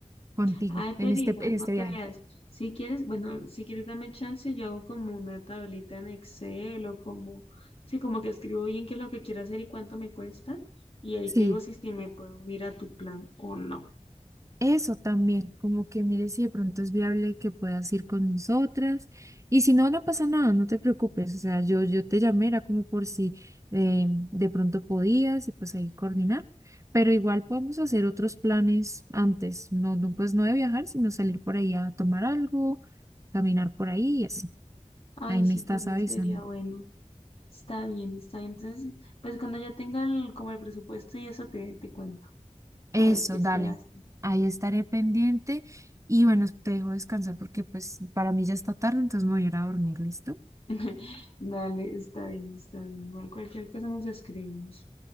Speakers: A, on the right; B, on the left.
A: contigo
B: Ay,
A: en
B: pero
A: este,
B: igual
A: en
B: no
A: este
B: creas.
A: viaje.
B: Si quieres, bueno, si quieres dame chance, yo hago como una tablita en Excel o como, sí, como que escribo bien qué es lo que quiero hacer y cuánto me cuesta. Y ahí
A: Sí.
B: te digo si, si me puedo unir a tu plan o no.
A: Eso también, como que mire si de pronto es viable que puedas ir con nosotras. Y si no, no pasa nada, no te preocupes. O sea, yo, yo te llamé, era como por si eh, de pronto podías y pues ahí coordinar. Pero igual podemos hacer otros planes antes, no, no, pues no de viajar, sino salir por ahí a tomar algo, caminar por ahí y así.
B: Ay,
A: Ahí me
B: sí,
A: estás
B: también
A: avisando.
B: sería bueno. Está bien, está bien. Entonces, pues cuando ya tenga el, como el presupuesto y eso te, te cuento.
A: Eso,
B: A ver qué
A: dale.
B: se hace.
A: Ahí estaré pendiente. Y bueno, te dejo descansar porque pues para mí ya está tarde, entonces me voy a ir a dormir, ¿listo?
B: <laughs> Dale, está bien, está bien. Igual cualquier cosa nos escribimos.